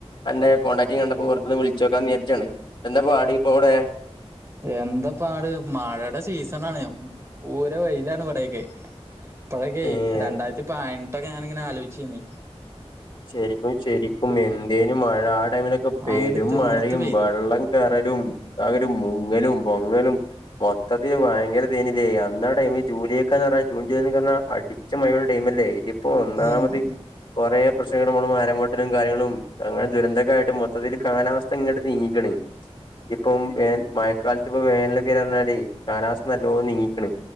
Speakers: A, on the left; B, on the right.
A: തന്റെ കോണ്ടാക്റ്റിംഗ് കണ്ടപ്പോ വെറുതൊന്ന് വിൾ <unintelligible> നേർച്ചെണ് എന്താപ്പാടി പ്പാടിവടെ
B: എന്താ പാട് മഴടെ സീസണാണ് പൂര വെയിലാണ് ഇവടെക്കെ ഇപ്പോഴക്കെ
A: ഏഹ്
B: രണ്ടായിരത്തി പയ് ട്ടൊക്കെങ്ങനെ ഞാന് ആലോയ്ചേനി
A: ശെരിക്കും ശെരിക്കും എന്തേനും മഴ ആ ടൈമിലൊക്കെ പെരും
B: അങ്ങോട്ട് തിമിർത്ത്
A: മഴേ
B: പെയ്തു
A: വള്ളം കേറലും ആ ഒരു മുങ്ങലും പൊങ്ങലും മൊത്തത്തിൽ ഭയങ്കര തേനിതെയ്യാ ന്നാ ടൈമ് <unintelligible> ജൂൺ ജൂലൈക്കെ വന്നാ അടിച്ച മഴേടെ ടൈംമ ല്ലേ ക്കും പ്പൊ ഒന്നാമത്
B: ഉം
A: കൊറെ കൊർച്ച് <unintelligible> മരം വെട്ടലും കാര്യങ്ങളും അങ്ങനെ ദുരന്തക്കായിട്ട് മൊത്തത്തില് കാലാവസ്ഥ ഇങ്ങട്ട് നീങ്ങിക്കാണ് ഇപ്പം ഏ മയക്കാലത്ത് ഇപ്പ വേനലൊക്കെ വെരാന്ന് പറഞ്ഞാല് കാലാവസ്ഥ നല്ലോം നീങ്ങിക്ക് ണ്